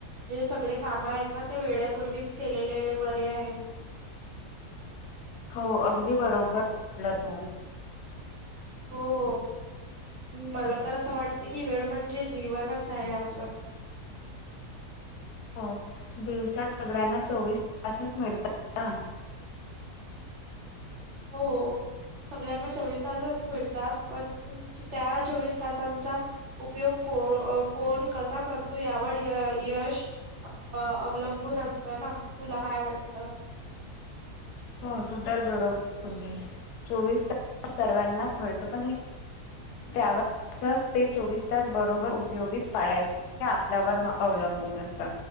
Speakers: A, on the right; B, on the left.
A: जे सगळे काम आहेत ना ते वेळ्यापूर्वीच केलेले बरे आहे.
B: हो अगदी बरोबर -टलं तू
A: हो मला तर असं वाटते की वेळ म्हणजे जीवनच आहे आपलं.
B: हो दिवसात सगड्यांना चोवीस तासच मिडतात
A: हो सगळ्यांना चोवीस तासच मिळतात पण त्या चोवीस तासांचा उपयोग को-कोण कसा करतो यावर य-यश अ अवलंबून असत ना तुला काय वाटतं.
B: हो तू तर बरो-र बोल्लीस चोवीस ता- सर्वांनाच मिळतो पण हे त्याव- त- ते चोवीस तास बरोबर उपयोगित पाळाय- हे आपल्यावर अवलंबून असत.